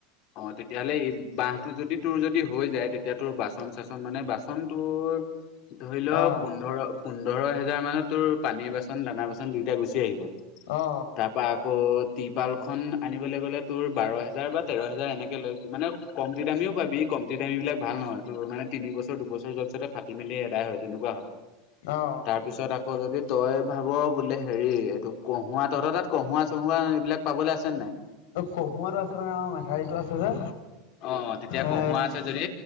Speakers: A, on the left; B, on the left.
A: অহ, তেতিয়াহ'লে ই বাহটো যদি তোৰ যদি হৈ যায়, তেতিয়াতোৰ বাচন -চাচন মানে বাচন তোৰ ধৰি ল
B: অ
A: পোন্ধৰ পোন্ধৰ হেজাৰ মানত তোৰ পানীৰ বাচন, দানা -বাচন দুইটা গুচি আহিব।
B: অ
A: তাৰপা আকৌ টিৰপাল খন আনিবলৈ গ'লে তোৰ বাৰ হেজাৰ বা তেৰ হেজাৰ এনেকে লৈ মানে কমতী দামীও পাবি কমতি দামী বিলাক ভাল নহয় তোৰ মানে তিনি বছৰ দুবছৰ যোৱা পিছতে ফাটি মেলি এদাই হয়, তেনেকুৱা হয়।
B: অ
A: তাৰপিছত আকৌ যদি তই ভাব বোলে হেৰি এইটো কঁহুৱা তহত তাত কহুৱো চহোৱা এইবিলাক পাবলৈ আছে নে নাই?
B: কহুৱাত আছে মানে অ'মেথাৰীটো আছে যে
A: অহ, তেতিয়া
B: এ
A: কহুৱা আছে যদি